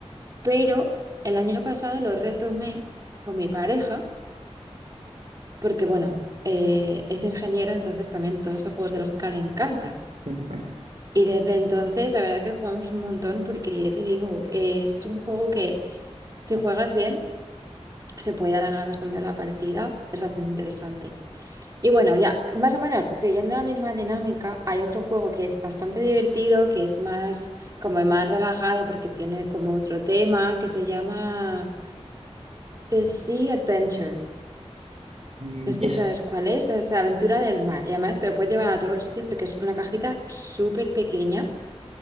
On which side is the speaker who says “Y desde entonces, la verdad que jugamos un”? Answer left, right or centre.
Right